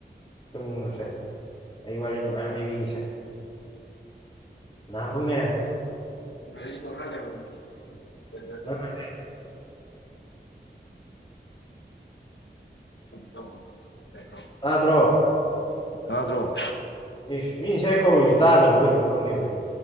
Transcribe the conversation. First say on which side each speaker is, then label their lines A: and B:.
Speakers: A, on the left; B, on the left.
A: ꯇꯨꯝꯃꯨꯅꯨꯁꯦ ꯑꯩ ꯋꯥꯔꯤ ꯅꯨꯡꯉꯥꯏ ꯑꯃ ꯂꯤꯕꯤꯒ‌ꯦꯁꯦ ꯅꯍꯥꯃꯨꯛꯅꯦ
B: ꯒꯥꯔꯤ ꯄ‌ꯣꯈꯥꯏ ꯒꯔꯕꯅꯤ ꯕꯂ‍ꯦꯖꯔ
A: ꯅꯪꯅ
B: ꯗ‌ꯣ <unintelligible>
A: ꯇꯥꯗ꯭ꯔꯣ
B: ꯇꯗ꯭ꯔꯣ
A: ꯏꯁ ꯃꯤ ꯉꯥꯁꯥꯏ ꯀꯧꯔꯤꯖꯤ ꯇꯥꯗꯕ ꯀꯩꯅꯣ ꯈꯪꯗꯦ ꯚꯥꯏ